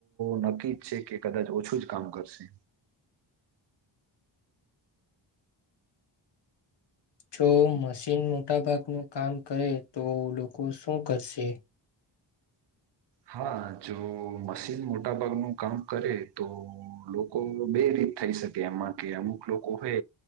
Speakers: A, on the right (about 60°); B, on the left (about 60°).
A: નક્કી જ છે કે કદાચ ઓછું જ કામ કરશે
B: જો મશીન મોટા ભાગનું કામ કરે તો લોકો શું કરશે
A: હા જો મશીન મોટા ભાગનું કામ કરે તો લોકો બે રી થઈ શકે એમાં કે અમુક લોકો હવે